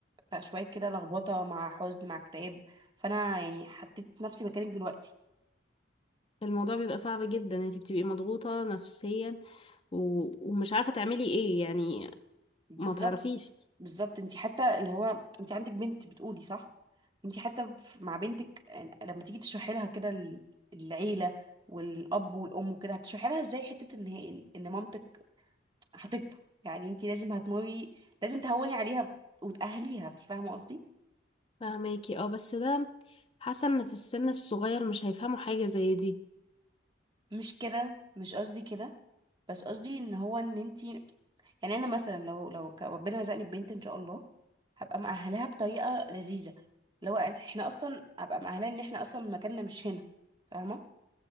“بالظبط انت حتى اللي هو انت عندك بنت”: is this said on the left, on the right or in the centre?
Right